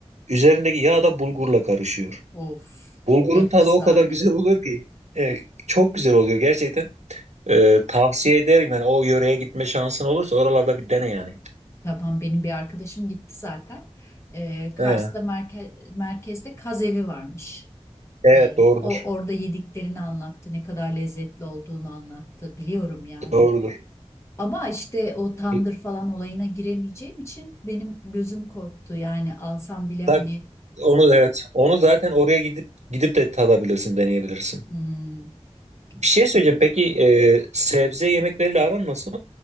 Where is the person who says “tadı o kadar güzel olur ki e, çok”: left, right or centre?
Right